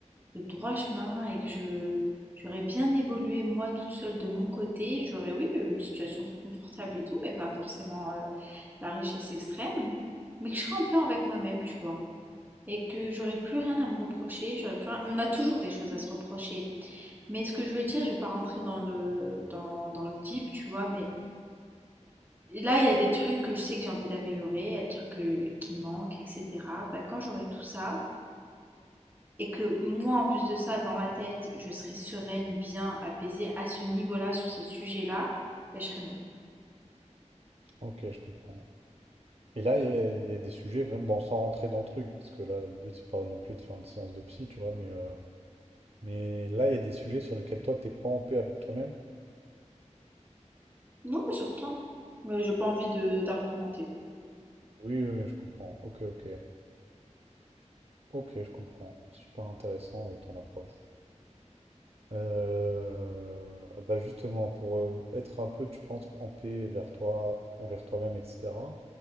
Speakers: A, on the right; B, on the right.
A: le droit chemin, et que je j'aurais bien évolué moi toute seule de mon côté. J'aurais, oui, une situation confortable et tout, mais pas forcément euh, la richesse extrême, mais que je serais en paix avec moi-même, tu vois. Et que j'aurais plus rien à me reprocher, j'aurais plus rien- On a toujours des choses à se reprocher. Mais ce que je veux dire, je vais pas rentrer dans le, dans, dans le deep, tu vois, mais Là, il y a des trucs que je sais que j'ai envie d'améliorer, il y a des trucs euh, qui manquent, etc. Bah, quand j'aurai tout ça, et que moi, en plus de ça, dans ma tête, je serai sereine, bien, apaisée à ce niveau-là, sur ces sujets-là, bah, je serai mieux.
B: Ok, je comprends. Et là, il y, a il y a des sujets vraiment, bon, sans rentrer dans le truc, parce que là, le but, c'est pas non plus de faire une séance de psy, tu vois, mais, euh, mais là, il y a des sujets sur lesquels toi, t'es pas en paix avec toi-même.
A: Oui, surtout. Mais j'ai pas envie de d'argumenter.
B: Oui, oui, oui, je comprends. Ok, ok. Ok, je comprends. Super intéressant euh, ton approche. Euh, bah justement, pour euh, être un peu, tu penses, en paix vers toi, envers toi-même, etc.,